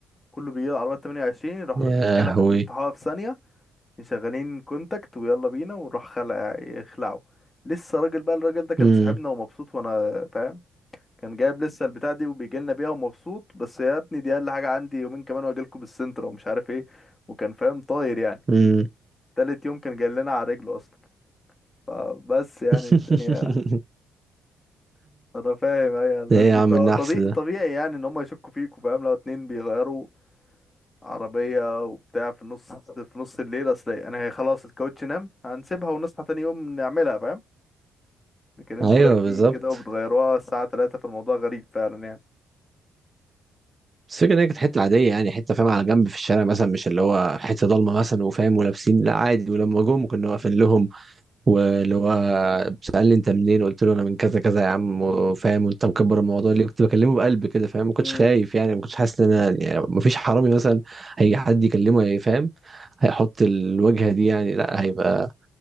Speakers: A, on the left; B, on the right.
A: كله بيجي العربية 28 يروحوا
B: يا
A: فاتحين
B: هوي
A: بيفتحوها في ثانية مشغلين كونتاكت ويلا بينا ونروح خلع يخلعوا لسه راجل بقى الراجل ده كان
B: امم
A: صاحبنا ومبسوط وانا فاهم كان جايب لسه البتاع دي وبيجي لنا بيها ومبسوط بس يا ابني دي اقل حاجه عندي يومين كمان واجي لكم بالسنتر ومش عارف ايه وكان فاهم طاير يعني
B: امم
A: تالت يوم كان جاي لنا على رجله اصلا فبس يعني
B: <laughs>
A: الدنيا انا فاهم اي الناس
B: ايه
A: دي
B: يا عم
A: فطبيعي
B: النحس ده
A: طبيعي يعني ان هم يشكوا فيك وفاهم لو اتنين بيغيروا عربيه وبتاع في النص في نص الليل اصل انا هي خلاص الكاوتش نام هنسيبها ونصحى تاني يوم نعملها فاهم لكن انتوا
B: ايوه
A: راكبين
B: بالظبط
A: كده وبتغيروها الساعه 3 فالموضوع غريب فعلا يعني
B: بس الفكرة إن هي كانت حتة عادية يعني حتة فاهم على جنب في الشارع مثلا مش اللي هو حتة ضلمة مثلا وفاهم ولابسين لا عادي ولما جم كنا واقفين لهم واللي هو سألني أنت منين قلت له أنا من كذا كذا يا عم وفاهم وأنت مكبر الموضوع ليه كنت بكلمه بقلب كده فاهم ما كنتش
A: امم
B: خايف يعني ما كنتش حاسس إن أنا يعني ما فيش حرامي مثلا هيجي حد يكلمه هيفهم هيحط الوجهة دي يعني لا هيبقى